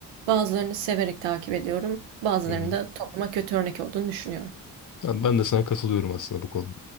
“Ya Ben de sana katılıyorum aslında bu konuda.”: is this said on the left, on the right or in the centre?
Left